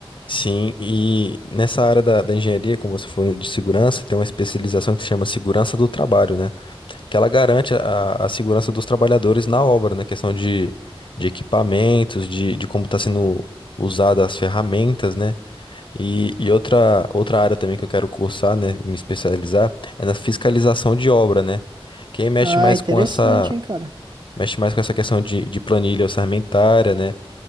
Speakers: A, on the left; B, on the right.
A: Sim, e nessa área da, da engenharia, como você falou de segurança, tem uma especialização que se chama segurança do trabalho, né? que ela garante a, a segurança dos trabalhadores na obra, né? Questão de, de equipamentos, de, de como está sendo usada as ferramentas, né? E, e outra, outra área também que eu quero cursar, né? Me especializar é na fiscalização de obra, né? Quem mexe
B: Ah,
A: mais
B: interessante,
A: com essa,
B: hein, cara?
A: mexe mais com essa questão de, de planilha orçamentária, né?